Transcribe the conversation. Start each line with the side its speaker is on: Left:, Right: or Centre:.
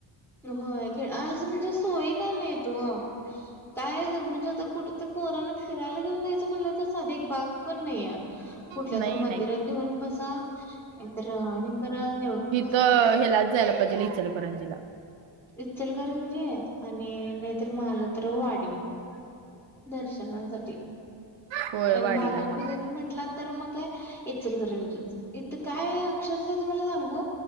Centre: होय खेड आणि असं म्हणजे सोयी काय नाहीत ओ. काय असं म्हणजे आता कुठ तरी पोरांना फिरायला घेऊन जायंच म्हटलं तर साधं एक बाग पण नाही आहे. कुठल्या
Right: नाही
Centre: तर मंदिरात
Right: नाही
Centre: घेऊन बसा, नाही तर हे करा अ-
Right: तर ह्यालाचं जायला पाहिजेल इचलकरंजीला.
Centre: इचलकरंजी आणि नाहीतर मानलं तर वाडी मग- दर्शनासाठी.
Right: होय
Centre: आणि
Right: वाडीला
Centre: बागेत
Right: मग
Centre: बिगेत म्हंटला तर मग काय इचलकरंजीचं. इथं काय अक्षरशा तुम्हाला सांगू,